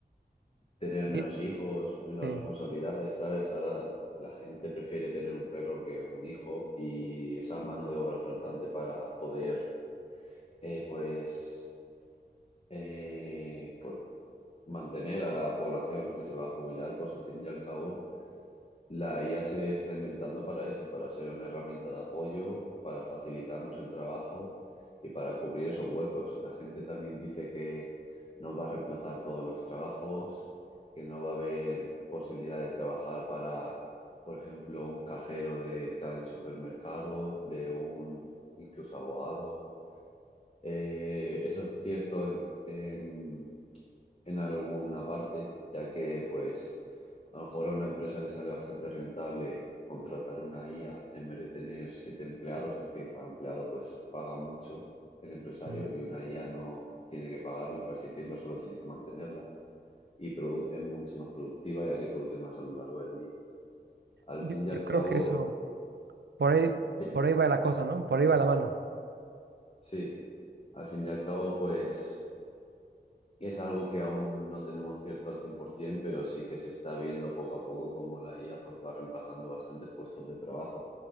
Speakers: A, on the left; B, on the right.
A: tener menos
B: Y-
A: hijos, menos
B: Sí.
A: responsabilidades, ¿sabes? Ahora la gente prefiere tener un perro que un hijo y esa mano de obra faltante para poder, eh, pues, eh, por- mantener a la población que se va a jubilar, pues al fin y al cabo La IA se está inventando para eso, para ser una herramienta de apoyo, para facilitarnos el trabajo y para cubrir esos huecos. La gente también dice que nos va a reemplazar todos los trabajos, que no va a haber posibilidad de trabajar para, por ejemplo, un cajero de tal supermercado, de un incluso abogado. Eh, eso es cierto en, en en alguna parte, ya que pues a lo mejor a una empresa le sale bastante rentable contratar una IA en vez de tener siete empleados, ya que cada empleado pues paga mucho el empresario
B: Ujú.
A: y una IA no tiene que pagarle, por así decirlo, solo tiene que mantenerla y produ- es mucho más productiva ya que produce más a lo largo del día. Al
B: Yo,
A: fin y
B: yo
A: al
B: creo
A: cabo,
B: que eso, por ahí,
A: sí,
B: por ahí va la cosa, ¿no? Por ahí va la mano.
A: sí, al fin y al cabo pues Es algo que aún no tenemos cierto al 100%, pero sí que se está viendo poco a poco cómo la IA pues, va reemplazando bastantes puestos de trabajo.